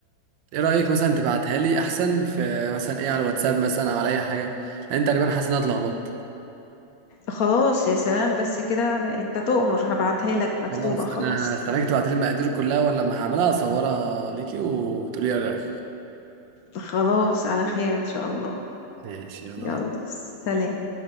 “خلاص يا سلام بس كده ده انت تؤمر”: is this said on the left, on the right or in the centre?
Left